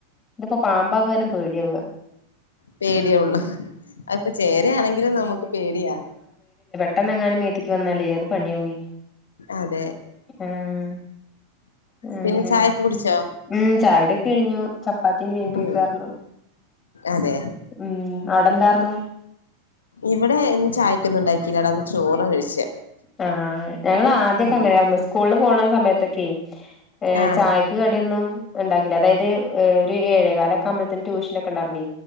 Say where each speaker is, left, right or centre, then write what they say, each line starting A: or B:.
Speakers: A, on the left (about 20°); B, on the left (about 70°).
A: ഇതിപ്പോ പാമ്പാവാര്ണം പേടിയാവ
B: പേടിയോള്ളു അതിപ്പൊ ചേരയാണെങ്കിലും നമുക്ക് പേടിയാ
A: പെട്ടെന്നങ്ങാനും മേത്ത്ക്ക് വന്നാലെ അത് പണിയാവേ
B: അതെ
A: മ്മ് ഉം
B: പിന്നെ
A: അങ്ങനെ
B: ചായൊക്കെ കുടിച്ചോ
A: മ്മ് ചായുടിയൊക്കെ കഴിഞ്ഞു ചപ്പാത്തിയും ഗ്രീൻപീസാരുന്നു
B: ഉം അതെ
A: ഉം അവിടെ എന്താറ്ന്നു
B: ഇവിടെ ഇന്ന് ചായക്കൊന്നുണ്ടാക്കില്ലടാ ഇന്ന് ചോറാ കഴിച്ചേ
A: ആ ഞങ്ങള് ആദ്യക്കെ
B: ഉം
A: അങ്ങനെയായിര്ന്നു സ്കൂള്ല് പോണ സമയത്തൊക്കെ ഏ
B: ആഹ്
A: ചായക്ക് കടിയൊന്നും ഇണ്ടാക്കി ല്ലാ അതായത് ഒരു ഏഴേകാലൊക്കെ ആവുമ്പത്തേന് ട്യൂഷനോക്കെണ്ടാർന്നേ